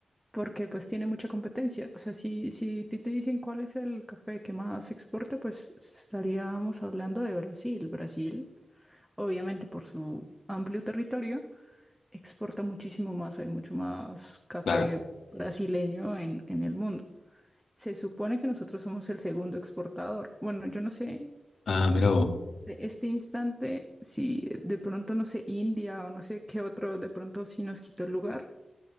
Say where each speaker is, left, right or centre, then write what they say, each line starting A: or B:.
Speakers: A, in the centre; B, on the left.
A: porque pues tiene mucha competencia. O sea, si, si ti te dicen cuál es el café que más se exporta, pues estaríamos hablando de Brasil. Brasil, obviamente por su amplio territorio, exporta muchísimo más, hay mucho más café
B: claro.
A: brasileño en, en el mundo. Se supone que nosotros somos el segundo exportador. Bueno, yo no sé.
B: Ah, mira vos.
A: de Este instante, si de pronto, no sé, India o no sé qué otro, de pronto sí nos quitó el lugar,